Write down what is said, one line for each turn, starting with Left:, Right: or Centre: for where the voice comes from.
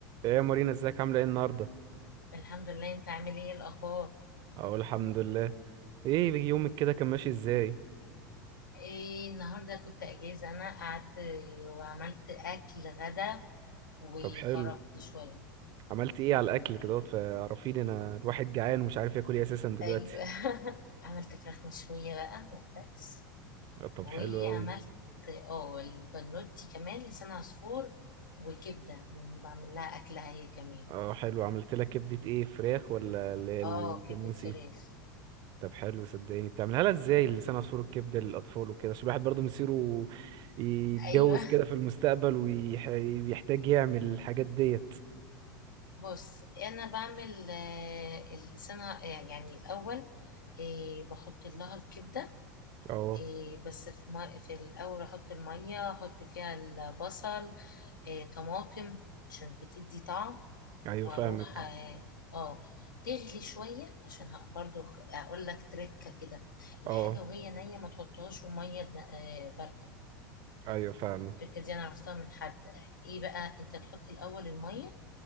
Right: ايه يا مارينا ازيك عامله ايه النهارده
Left: الحمد لله انت عامل ايه الاخبار
Right: اقول الحمد لله ايه يومك كده كان ماشي ازاي
Left: ايه النهارده كنت اجازه انا قعدت وعملت اكل غدا وخرجت
Right: طب حلو
Left: شويه
Right: عملت ايه على الاكل كده فعرفيني انا الواحد جعان ومش عارف ياكل ايه اساسا دلوقتي
Left: ايوه <laughs> عملت فراخ مشويه بقى وبس
Right: آه، طب
Left: وعملت
Right: حلو اوي
Left: اه البنوتي كمان لسان عصفور وكبده من بعمل لها اكلها هي كمان
Right: اه حلو عملت لك كبده ايه فراخ ولا اللي هي الجاموسي
Left: اه كبده فراخ
Right: طب حلو صدقني بتعملها لها ازاي لسان عصفور الكبده للاطفال وكده عشان الواحد برضه مصيره يتجوز
Left: ايوه
Right: كده في المستقبل ويحتاج يعمل الحاجات ديت
Left: بص انا بعمل آه، اللسان ع- يعني الاول إيه بحط لها الكبده
Right: اه
Left: إيه بس في, مي... في الأول أحط المية أحط فيها البصل إيه طماطم عشان بتدي طعم
Right: ايوه
Left: وأروح
Right: فاهمك
Left: اه آه، تغلي شوية عشان ه- برضو خ- أقول لك تركة كده الحاجة
Right: اه
Left: وهي نية ما تحطهاش في مية آه، باردة
Right: ايوه فاهمك
Left: التركة دي أنا عرفتها من حد إيه بقى أنت تحط الأول المية